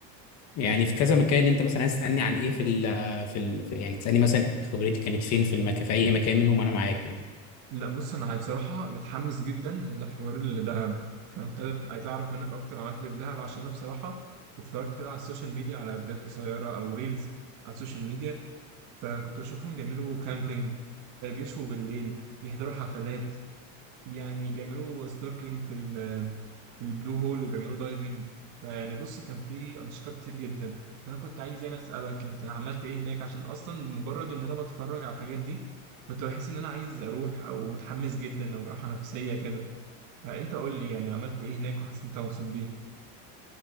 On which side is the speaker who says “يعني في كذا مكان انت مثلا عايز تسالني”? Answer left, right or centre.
Left